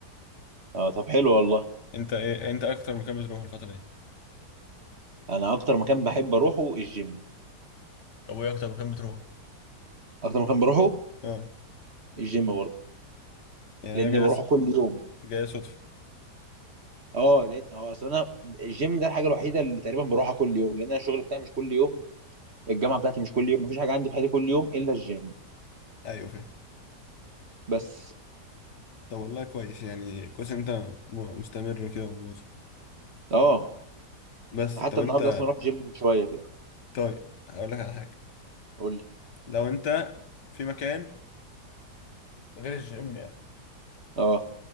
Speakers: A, on the right (about 40°); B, on the left (about 75°).
A: اه طب حلو والله
B: انت ايه انت اكتر مكان بتروح الفتره دي
A: انا اكتر مكان بحب اروحه الجيم
B: طب وايه اكتر مكان بتروحه
A: اكتر مكان بروحه
B: اه
A: الجيم برضه
B: يعني
A: لان
B: انا جاي
A: بروحه كل يوم
B: جاي صدفه
A: اه لان اه اصل انا الجيم ده الحاجه الوحيده اللي تقريبا بروحها كل يوم لان انا الشغل بتاعي مش كل يوم الجامعه بتاعتي مش كل يوم مفيش حاجه عندي في حياتي كل يوم الا الجيم
B: ايوه فاهم
A: بس
B: طب والله كويس يعني كويس إن انت م- مستمر وكده ومواظب
A: اه
B: بس
A: حتى
B: طب انت
A: النهارده اصلا رحت جيم من شويه كده
B: طيب هقول لك على حاجه
A: قول لي
B: لو انت في مكان غير الجيم يعني
A: اه